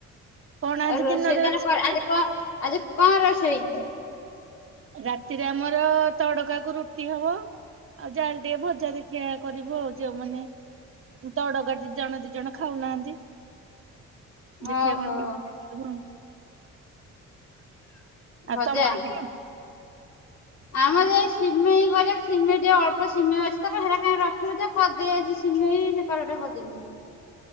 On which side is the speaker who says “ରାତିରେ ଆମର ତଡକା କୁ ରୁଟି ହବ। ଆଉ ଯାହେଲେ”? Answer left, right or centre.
Right